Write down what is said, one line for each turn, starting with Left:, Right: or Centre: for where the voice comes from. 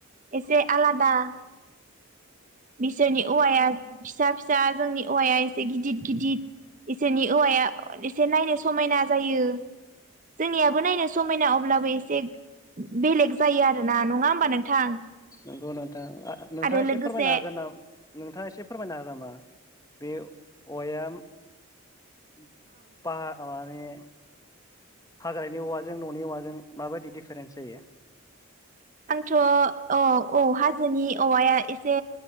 Right: एसे आलादा। बिसोरनि औवाया फिसा फिसा जोंनि औवाया एसे गिदद गिदिद। इसोरनि औवाया एसे नायनो समायना जायो। जोंनियाबो नायनो समायना अब्लाबो एसे बेलेग जायो आरोना नङा होम नोंथां
Left: नोंगौ नोंथां ओ नोंथाङा
Right: आरो
Left: एसे
Right: लोगोसे
Left: फोरमायनो हागोन ना नोंथाङा एसे फोरमायनो हागोन नामा? बे औवाया <unintelligible> माने हाग्रानि औवाजों न'नि औवाजों माबायदि दिडफारेन्स जायो?
Right: आंथ' औ औ हाजोनि औवाया एसे